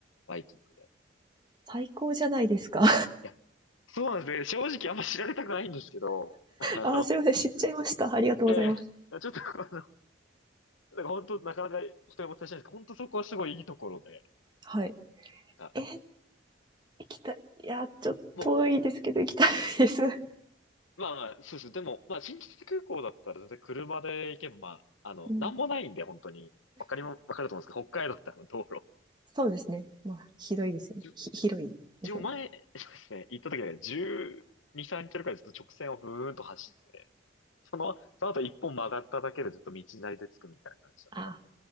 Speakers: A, on the left; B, on the right.
A: バイキングで。
B: 最高じゃないですか。<laughs>
A: いや、そうなんですね。正直あんま知られたくないんですけど、あの、
B: あすいません。知っちゃいました。ありがとうございます。
A: ええ、ちょっとあの、なんか本当なかなか人にお伝えしないんですけど、本当そこはすごいいいところで、
B: はい。
A: あ、
B: え、行きたい。いや、ちょっと遠いですけど、
A: も
B: 行きたいです。<laughs>
A: う、まあまあ、そうです。でも、まあ、新千歳空港だったら全然車で行けば、まあ、あの、
B: うん、
A: なんもないんで、本当に。わかりまわかると思うんですけど、北海道ってあの道路。
B: そうですね。まあ、ひどいですよね。
A: じゅ、
B: ひ、
A: じ
B: 広いですよね。
A: 自分前、そうですね、行った時は12、3キロくらいずっと直線をブーンと走って、その、その後一本曲がっただけでずっと道なりで着くみたいな感じだった。
B: ああ、